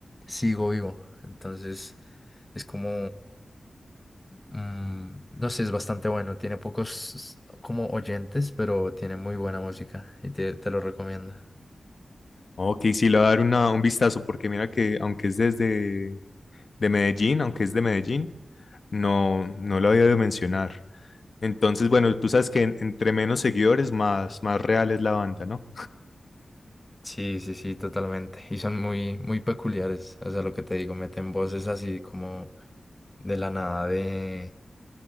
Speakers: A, on the left (about 15°); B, on the left (about 55°).
A: Sigo Vivo. Entonces es como, mm, no sé, es bastante bueno. Tiene pocos como oyentes, pero tiene muy buena música y te, te lo recomiendo.
B: Ok, sí, le voy a dar una, un vistazo porque mira que aunque es desde de Medellín, aunque es de Medellín, No, no lo había de mencionar. Entonces, bueno, tú sabes que en- entre menos seguidores, más, más real es la banda, ¿no?
A: Sí, sí, sí, totalmente. Y son muy, muy peculiares. O sea, lo que te digo, meten voces así como de la nada de